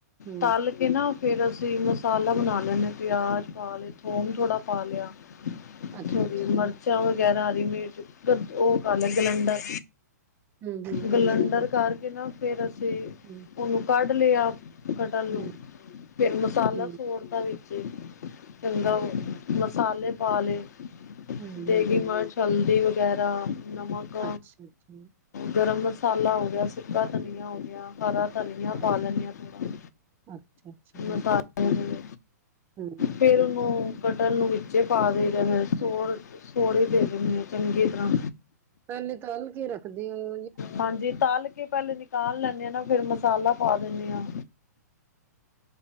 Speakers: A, on the right (about 20°); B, on the left (about 70°).
A: ਹੂੰ,
B: ਤਲ ਕੇ ਨਾ ਫਿਰ ਅਸੀਂ ਮਸਾਲਾ ਬਣਾ ਲੈਂਦੇ ਪਿਆਜ਼ ਪਾ ਲਏ, ਥੋਮ ਥੋੜ੍ਹਾ ਪਾ ਲਿਆ।
A: ਅੱਛਾ-ਅੱਛਾ
B: ਥੋਣੀ ਮਿਰਚਾਂ ਵਗੈਰਾ ਹਰੀ ਮਿਰਚ ਉਹ ਕਰ ਲੈ ਗਲੰਡਰ
A: ਹੂੰ-ਹੂੰ,
B: ਗਲੰਡਰ
A: ਅੱਛਾ
B: ਕਰਕੇ ਨਾ ਫੇਰ ਅਸੀਂ
A: ਹੂੰ।
B: ਉਹਨੂੰ ਕੱਢ ਲਿਆ ਕਟਹਲ
A: ਹੂੰ,
B: ਨੂੰ ਫਿਰ ਮਸਾਲਾ
A: ਹੂੰ,
B: ਫੋਰ ਦਾ ਵੀ ਕੰਦਾ
A: ਅੱਛਾ
B: ਮਸਾਲੇ ਪਾ ਲਏ
A: ਹੂੰ-ਹੂੰ,
B: ਦੇਗੀ ਮਰਚ ਹਲਦੀ ਵਗੈਰਾ ਨਮਕ
A: ਅੱਛਾ-ਅੱਛਾ ਹੂੰ,
B: ਗਰਮ ਮਸਾਲਾ ਹੋ ਗਿਆ ਸੁਕਾ ਧਨੀਆ ਹੋ ਗਿਆ। ਸਾਰਾ ਧਨੀਆਂ
A: ਅ
B: ਪਾ ਲੈਣੇ ਆ ਥੋੜ੍ਹਾ
A: ਅੱਛਾ-ਅੱਛਾ ਹਾਂ,
B: ਮਸਾਲੇ ਦੇ-
A: ਹੂੰ।
B: ਫੇਰ ਉਹਨੂੰ ਕਟਲ ਨੂੰ ਵਿੱਚੇ ਪਾ ਦਈ ਦਾ। ਸੋਹੜੇ
A: ਹੂੰ,
B: ਦੇ ਦਿੰਦੇ ਆ ਚੰਗੀ ਤਰ੍ਹਾਂ।
A: ਪਹਿਲੇ ਤੱਲ ਕੇ ਰੱਖਦੀ ਹਾਂ।
B: ਹਾਂਜੀ ਤੱਲ ਕੇ ਪਹਿਲੇ ਨਿਕਾਲ ਲੈਂਣੇ ਹਾਂ ਨਾ, ਫੇਿਰ ਮਸਾਲਾ ਪਾ ਦਿੰਣੇ ਹਾਂ।